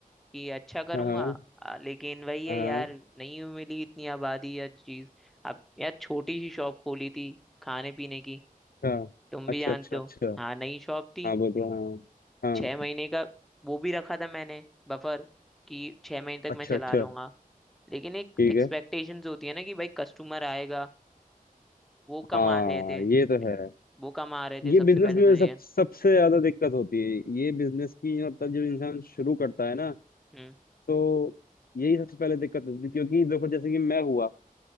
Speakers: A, in the centre; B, on the left (about 80°).
A: कि अच्छा करूंगा
B: हाँ हाँ
A: आ, लेकिन वही है
B: हाँ
A: यार नहीं मिली इतनी आबादी या चीज अब यार छोटी सी शॉप खोली थी खाने पीने की
B: हाँ,
A: तुम
B: अच्छा
A: भी जानते
B: अच्छा
A: हो
B: अच्छा
A: हाँ नई शॉप थी
B: हाँ बोलो हाँ
A: छह
B: हाँ
A: महीने का वो भी रखा था मैंने बफर कि छह महीने तक
B: अच्छा
A: मैं चला
B: अच्छा
A: लूंगा लेकिन एक
B: ठीक
A: एक्सपेक्टेशंस
B: है
A: होती है ना कि भाई कस्टमर आएगा वो कम
B: हाँ
A: आ रहे थे
B: ये तो है
A: वो कम आ रहे
B: ये
A: थे सबसे
B: बिजनेस
A: पहले
B: में
A: तो ये
B: सब सबसे ज्यादा दिक्कत होती है ये बिजनेस की मतलब जो इंसान शुरू करता है ना
A: हम्म
B: तो यही सबसे पहले दिक्कत होती है क्योंकि देखो जैसे कि मैं हुआ